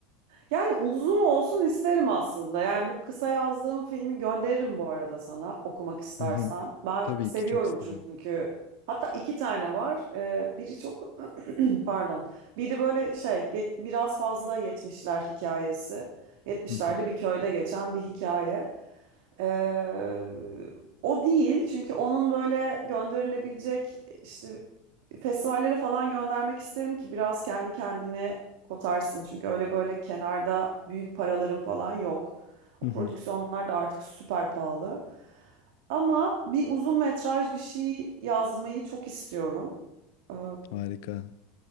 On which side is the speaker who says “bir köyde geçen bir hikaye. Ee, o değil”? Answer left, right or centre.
Right